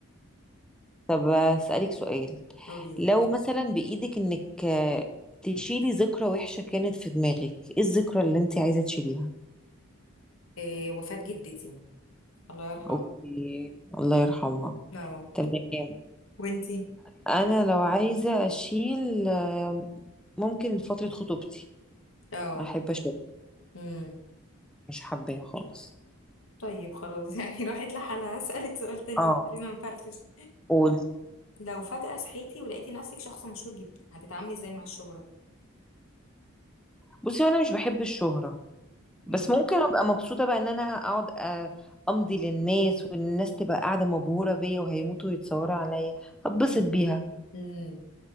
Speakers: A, in the centre; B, on the left (about 70°).
A: طب أسألك سؤال
B: قولي
A: لو مثلا بإيدك إنك آه، تشيلي ذكرى وحشة كانت في دماغك إيه الذكرى اللي أنت عايزة تشيليها
B: إيه وفاة جدتي الله يرحمها
A: أوكي الله يرحمها
B: اه
A: تمام
B: وانتي
A: أنا لو عايزة أشيل آه، ممكن فترة خطوبتي
B: اه
A: أحب أشيل
B: امم
A: مش حباها خالص
B: طيب خلاص <laughs> يعني راحت لحالها هسألك سؤال تاني
A: اه
B: خلينا نفرفش
A: قول
B: لو فجأة صحيتي ولقيتي نفسك شخص مشهور جدا هتتعاملي ازاي مع الشهرة
A: بصي أنا مش بحب الشهرة بس
B: امم
A: ممكن أبقى مبسوطة بقى إن أنا أقعد آه، أمضي للناس والناس تبقى قاعدة مبهورة بيا وهيموتوا ويتصوروا عليا هتبسط بيها
B: امم